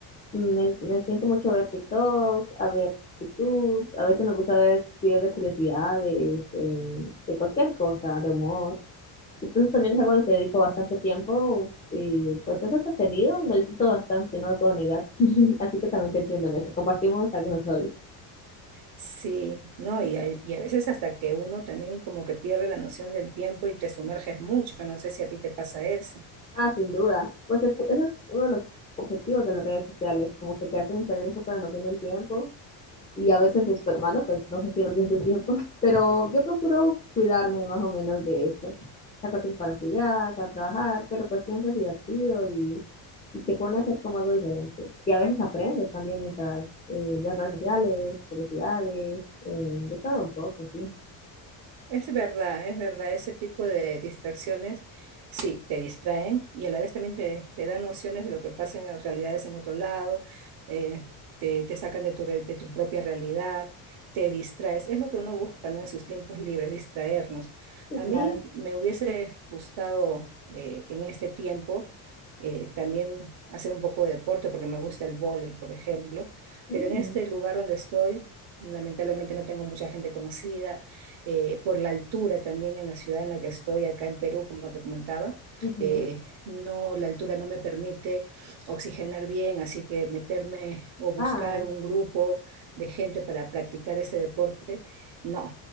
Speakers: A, on the left; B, on the right.
A: me, me siento mucho a ver TikTok, a ver YouTube, a veces me gusta ver videos de curiosidades, eh, de cualquier cosa, de humor. Entonces también es algo a lo que dedico bastante tiempo y pues es entretenido, lo disfruto bastante, no lo puedo negar. <laughs> Así que también te entiendo en eso. Compartimos algunos hobbies.
B: Sí, no, y a, y a veces hasta que uno también como que pierde la noción del tiempo y te sumerges mucho, no sé si a ti te pasa eso.
A: Ah, sin duda. Pues el- ese es uno de los objetivos de las redes sociales, como que te hacen perder un poco la noción del tiempo y a veces es pues, malo, pues no gestionas bien tu tiempo, <laughs> pero yo procuro cuidarme más o menos de eso. Saco tiempo para estudiar, para trabajar, pero pues siempre es divertido y, y te pone a hacer como algo diferente. Y a veces aprendes también mientras eh, ves redes sociales, curiosidades, eh, de todo un poco, sí.
B: Es verdad, es verdad, ese tipo de distracciones sí te distraen y a la vez también te, te dan nociones de lo que pasa en las realidades en otro lado, eh, te, te sacan de tu, re- de tu propia realidad, te distraes. Es lo que uno busca, ¿no? En sus tiempos libres, distraernos.
A: Sí,
B: A
A: claro.
B: mí me hubiese gustado eh, en este tiempo eh, también hacer un poco de deporte porque me gusta el vóley, por ejemplo,
A: Mm,
B: pero en este lugar donde estoy, lamentablemente no tengo mucha gente conocida eh, por la altura también en la ciudad en la que estoy, acá en Perú, como te comentaba,
A: ujú.
B: eh, no, la altura no me permite oxigenar bien, así que meterme o buscar
A: Ah,
B: un grupo de gente para practicar ese deporte, no,